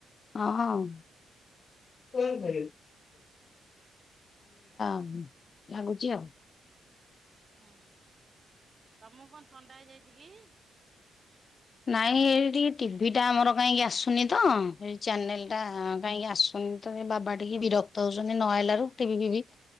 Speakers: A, on the left; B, on the right.
A: ଅଁ, ହଁ। ଥଣ୍ଡା ହୁଁ, ଲାଗୁଚି ଆଉ।
B: ଓ ହଁ ତୋମକୁ କଣ ଥଣ୍ଡା ହେଇଯାଇଛି କି?
A: ନାଇଁ ଏ ଟିକେ ଟିଭି ଟା ଆମର କାହିଁକି ଆସୁନି ତ ଏଇ ଚ୍ୟାନେଲ୍
B: ଉଁ
A: ଟା କାହିଁକି ଆସୁନି। ତ ଏ ବାବା ଟିକେ ବିରକ୍ତ ହଉଛନ୍ତି ନ ଆଇଲାରୁ ଟିଭି ଫିଭି